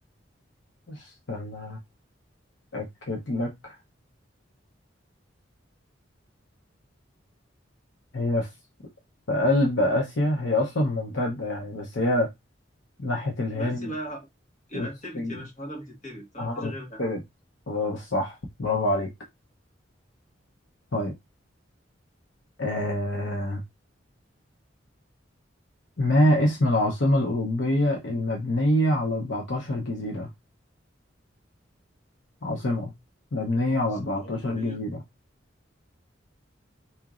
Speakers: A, on the left (about 70°); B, on the left (about 40°).
A: استنى هتأكد لك هي في في قلب آسيا هي أصلا ممتدة يعني بس هي ناحية الهند
B: بس يبقى يبقى
A: والصين
B: التبت يا باشا هضبة التبت ما
A: هارد
B: فيش غيرها
A: خلاص صح برافو عليك طيب آه ما اسم العاصمة الأوروبية المبنية على 14 جزيرة عاصمة مبنية
B: عاصمة
A: على 14
B: أوروبية
A: جزيرة